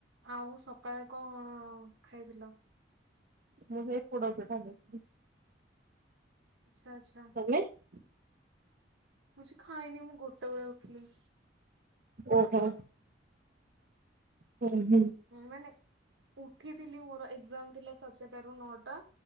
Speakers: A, on the right (about 75°); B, on the right (about 50°).
A: ଆଉ ସକାଳେ କଣ ଖାଇଥିଲ?
B: ମୁଁ ସେଇ ପୋଡ଼ପିଠା ଖାଇଥିଲି।
A: ଆଛା ଆଛା।
B: ତମେ?
A: ମୁଁ କିଛି ଖାଇନି ମୁଁ ଗୋଟେ ବେଳେ ଉଠିଲି।
B: ଓହୋ। ହୁଁ ହୁଁ।
A: ମାନେ ଉଠିଥିଲି ମୋର ଏଗଜାମ ଥିଲା ମୋର ସ <unintelligible> ଟାରୁ ନଅଟା